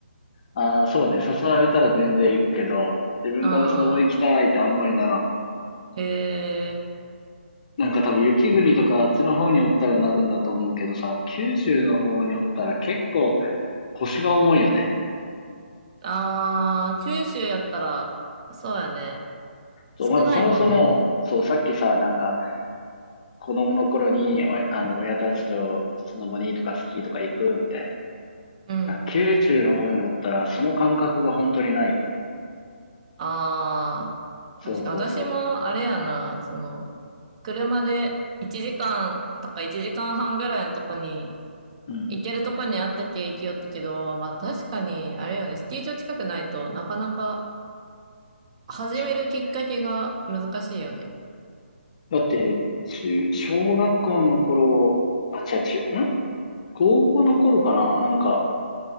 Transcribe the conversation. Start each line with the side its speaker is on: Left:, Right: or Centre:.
Left: ああ、そうね。誘われたら全然行くけど、自分からスノボ行きたいってあんまりならん。
Right: ああ、へえ。
Left: なんか多分雪国とかあっちの方におったらなるんだと思うけどさ、九州の方におったら結構腰が重いよね。
Right: ああ、九州やったら、そうやね。
Left: そう、
Right: 少ないもんね。
Left: まずそもそも、そう、さっきさ、なんか、子供の頃に、おあの、親たちとスノボにとかスキーとか行くみたい
Right: うん。
Left: な。九州の方におったら、その感覚が本当にない。
Right: ああ、
Left: そうそうそ
Right: 確か私もあれやな、その、車で1時間とか1時間半ぐらいのとこに、
Left: う。うん。
Right: 行けるとこにあったけ行きよったけど、まあ確かに、あれよね、スキー場近くないとなかなか始めるきっかけが難しいよね。
Left: そうだね。だって、中、小学校の頃、あ、違う、中、ん高校の頃かななんか、